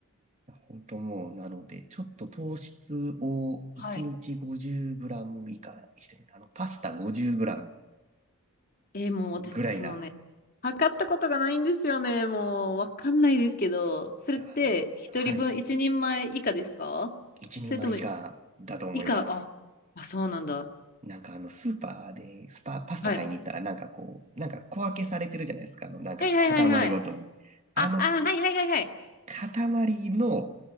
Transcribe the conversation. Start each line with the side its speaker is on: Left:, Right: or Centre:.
Right: 本当もう、なので、ちょっと糖質を1日5
Left: はい
Right: 0ム以下にしてる。あの、パスタ5 0ム
Left: えーもう私、
Right: ぐらいな、
Left: そのね、測ったことがないんですよね。もう、わかんないですけど、それって、
Right: だはい、
Left: 一人分、一人前以下ですかそれとも、
Right: 1人枚以下だと思います。
Left: 以下、あ、あ、そうなんだ。
Right: なんかあの、スーパーで、スパ、パスタ買いに行ったら、
Left: はい。
Right: なんかこう、なんか小分けされてるじゃないですか。あの、なんか塊ごとに。
Left: はいはいはいはい。あ、
Right: あの、
Left: あ、はいはいはいはい。
Right: 塊の